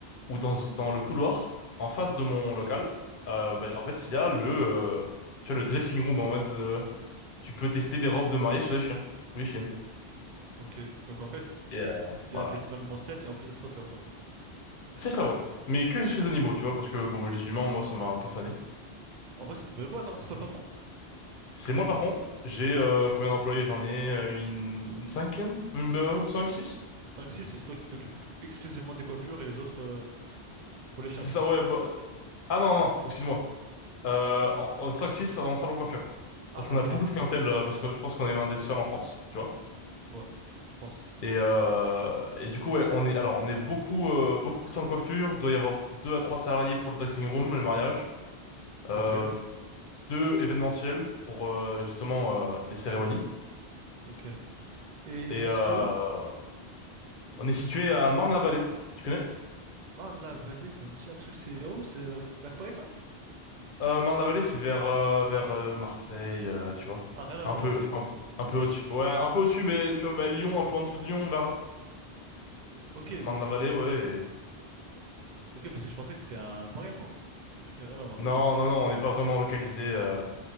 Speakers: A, on the left; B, on the right.
A: où dans, dans le couloir, en face de mon local, euh, bah, en fait, il y a le, euh, tu vois, le dressing room en mode euh, tu peux tester des robes de mariée sur les chiens ou les chiennes.
B: ok. Donc en fait,
A: Et, euh,
B: il
A: Voilà.
B: y a de l'événementiel et en plus d'être coiffeur, quoi.
A: C'est ça, ouais. Mais que sur les animaux, tu vois, parce que bon, bah, les humains, moi, ça m'a un peu fané.
B: En vrai, c'est une vraie boîte, hein. C'est toi le patron?
A: C'est moi le patron. J'ai euh, combien d'employés? J'en ai euh, une, une cinquaine? Euh, Cinq, six?
B: Cinq six c'est toi qui t'occupes exclusivement des coiffures et les autres euh, pour les chiens,
A: C'est
B: tu
A: ça,
B: vois.
A: ouais. bah, euh, Ah non, non, non, excuse-moi. Euh, en, en cinq, six en salon coiffure.
B: Ah,
A: Parce qu'on
B: ok.
A: a beaucoup de clientèle, euh, parce que je pense qu'on est l'un des seuls en France, tu vois.
B: Ouais, je pense.
A: Et, euh, et du coup, ouais, on est, alors, on est beaucoup, euh, beaucoup sans coiffure. Doit y avoir deux à trois salariés pour le dressing room, le mariage. Euh,
B: Ok.
A: deux événementiels pour euh, justement euh, les cérémonies.
B: Ouais, ok. Et
A: Et
B: vous êtes
A: euh,
B: situé où?
A: on est situé à Marne-la-Vallée. Tu connais?
B: Dans la vallée, ça me dit un truc, c'est vers où? C'est vers, vers Paris, ça?
A: Euh, Marne-la-Vallée, c'est vers, euh, vers euh, Marseille, euh, tu vois.
B: Ah, rien à
A: Un
B: voir,
A: peu,
B: ok.
A: un, un peu au-dessus. Ouais, un peu au-dessus, mais tu vois, bah, Lyon, un peu en dessous de Lyon, vers là.
B: Ok,
A: Marne-la-Vallée,
B: donc c'est...
A: ouais, et
B: Ok,
A: c'est
B: parce
A: tout.
B: que je pensais que c'était à Paris, moi. Ok, rien à voir.
A: Non, non, non, on n'est pas vraiment localisé, euh,